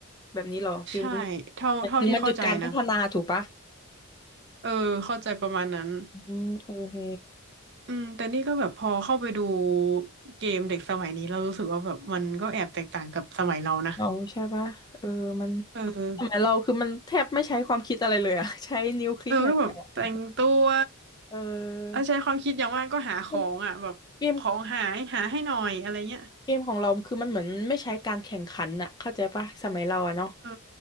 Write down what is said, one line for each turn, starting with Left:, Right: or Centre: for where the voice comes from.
Left: แบบนี้เหรอฟิลนี้
Right: ใช่เท่าเท่าที่เข้าใจนะ
Left: หมายถึงมันหยุดการพัฒนาถูกปะ
Right: เออเข้าใจประมาณนั้น
Left: อืมโอเค
Right: อืมแต่นี่ก็แบบพอเข้าไปดูเกมเด็กสมัยนี้เรารู้สึกว่าแบบมันก็แอบแตกต่างกับสมัยเรานะ
Left: อ๋อใช่ปะเออมัน
Right: เออ
Left: สมัยเราคือมันแทบไม่ใช้ความคิดอะไรเลยอ่ะ <laughs> ใช้นิ้วคลิกอย่างเดียวอะ
Right: เออก็แบบแต่งตัว
Left: เออ
Right: เอาใช้ความคิดอย่างมากก็หาของอ่ะแบบของหายหาให้หน่อยอะไรเงี้ย
Left: มันเกมเกมของเราคือมันเหมือนไม่ใช้การแข่งขันอ่ะเข้าใจปะสมัยเราอะเนาะ
Right: เออ